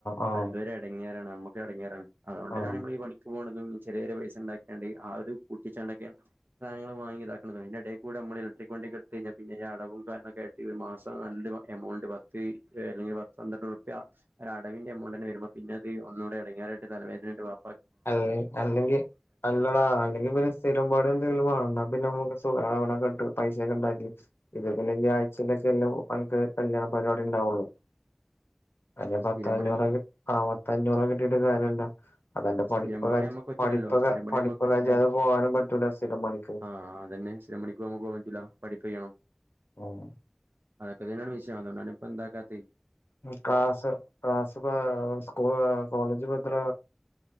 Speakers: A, on the left; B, on the right.
A: ആഹ്
B: അത് ഒരു ഇടങ്ങാറാണ് നമ്മുക്ക് ഇടങ്ങിയറ അതുകൊണ്ട്
A: ആഹ്
B: താന്നയാണ് നമ്മൾ ഈ പണിക്ക് പോകുന്നത് ചെറിയ ഒരു പൈസ ഇണ്ടാക്കികാണ്ട് ആ ഒരുത് കൂട്ടിച്ചാണ്ടൊക്കെ സാധനങ്ങള് വാങ്ങി ഇതാക്ക്ണത് അതിന്റ എട കൂടെ നമ്മള് ഇലക്ട്രി വണ്ടിക്ക് എടുത്ത് കഴിഞ്ഞൽ പിന്നെ അളവും കാരൊക്കെ ഒരു മാസം ഒരു നല്ല എമൗണ്ട് ത്ത് <unintelligible> പാത്ത് പന്ത്രണ്ട് ഉറുപ്പിക ഒ അടവിന്റെ എമൗണ്ട് തന്ന വരുമ്പോ പിന്ന അത് ഒന്നൂ ഇടങ്ങറായിട്ട് തലവേദന ആയിട്ട് വാ
A: അല്ല അല്ലെങ്കിൽ അല്ലോടാ അല്ലെങ്കിൽ പിന്നെ സ്ഥിരം പണി എന്തങ്കിലും വേണം പിന്നെ നമുക്ക് സുക <unintelligible> പൈസയൊക്കെ ഉണ്ടാക്കി ഇത് പിന്നെ ഞ്ഞ് <unintelligible> <unintelligible> അനക്ക് കല്യാണ പരിപാടി ഉണ്ടാവുള്ളു അതി പത്ത്
B: സ്ഥിരം
A: അഞ്ഞൂറെ
B: പണി
A: ആ പത്തെ അഞ്ഞൂറെ കിട്ടിട്ട് കാര്യല്ല അതന്റെ പഠിപ്പ
B: സ്ഥിരം പണി നമ്മക്ക് പറ്റൂലല്ലോ
A: പഠിപ്പൊ
B: സ്ഥിരം പണി
A: പഠിപ്പ്
B: നമ്മക്ക് പറ്റൂല
A: കജ്ജാദേ പോകാനും പറ്റൂല സ്ഥിരം പണിക്ക്
B: ആ അതന്നെ സ്ഥിരം പണിക്ക് നമുക്ക് പോകാൻ പറ്റൂല പഠിപ്പ് കയ്യണം
A: ആഹ്.
B: അതൊക്കെ തന്നെയാണ് വിഷയം അതോണ്ടാണ് ഇപ്പ എന്താക്കാത്തി.
A: ക്ലാസ് ക്ലാസ് പ സ്കൂൾ കോളേജ് ഭദ്ര